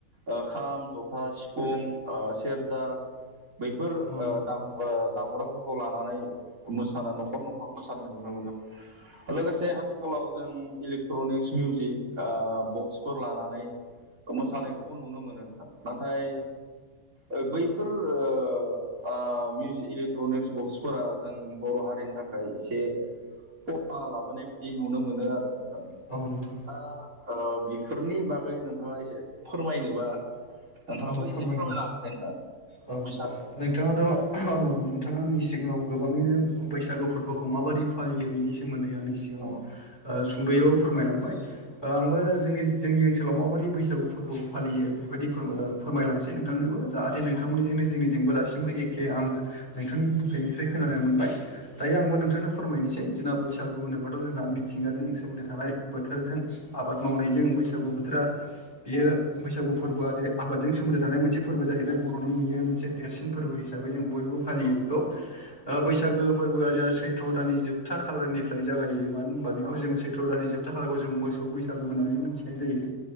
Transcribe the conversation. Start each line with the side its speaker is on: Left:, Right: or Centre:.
Right: ओ खाम जथा सिफुं ओ सेरजा बैफोर
Left: औ
Right: ओ दाम ओ दामबग्राफोरखौ लानानै मोसानो न'खर न'खर मोसानाय नुनो मो <unintelligible> लोगोसे आथिखालाव जों इलेक्ट्रनिक्स मिउजिक ओ बक्सफोर लानानै मोसानायखौबो नुनो मोनो नोंथां नाथाय
Left: औ
Right: ओ बैफोर ओ आ मिउजि इलेक्ट्रनिक्स बक्सफोरा जों बर' हारि रिनि थाखाय एसे खहा लाबोनाय बायदि नुनो मोनो आरो नोंथां
Left: नोंथां
Right: दा ओ बिफोरनि बागै नोंथाङा एसे फोरमायनोबा नोंथाङाबो
Left: औ फोरमायगोन
Right: एसे फोरमायनो हागोन दे नोंथां
Left: औ
Right: बैसागोनि बागै
Left: नोंथाङाथ' औ नोंथाङा आंनि सिगाङाव गोबाङैनो बैसागु फोरबोखौ माबायदि फालियो बिनि सोमोन्दै आंनि सिगाङाव
Right: औ
Left: ओस सुंद'यैबाबो फोरमायलांबाय ओ आंबो
Right: औ
Left: जोंनि जोंनि ओनसोलाव माबायदि बैसागु फोरबोखौ फालियो बेबायदि फोरम ओ फोरमायलांनोसै नोंथांनोबो जाहाथे नोंथांमोननिजोंनो
Right: औ
Left: जोंनिजोंबो दासिमबो एखे आं नोंथांनि बुंनायनिफ्राय खोनानो मोनबाय दायो आंबो नोंथांनो फोरमायनिसै जोंना बैसागु होनोबाथ' जोंहा मिथिंगाजों सोमोन्दो थानाय बोथोरजों आबाद मावनायजों बैसागु बोथोरा बेयो बैसागु फोरबोआ जेरै आबादजों सोमोन्दो थानाय मोनसे फोरबो जाहैबाय बर'नि बियो मोनसे देरसिन फोरबो हिसाबै जों बयबो फालियो
Right: औ
Left: बिखौ ओ बैसागो फोरबोआ जोंहा सैथ्र' दाननि जोबथा खालारनिफ्राय जागायो मानो होनबा बेखौ
Right: औ
Left: जों सैथ्र' दाननि जोब था खालारखौ जों मोसौ बैसागु होननानै मिनथिनाय जायो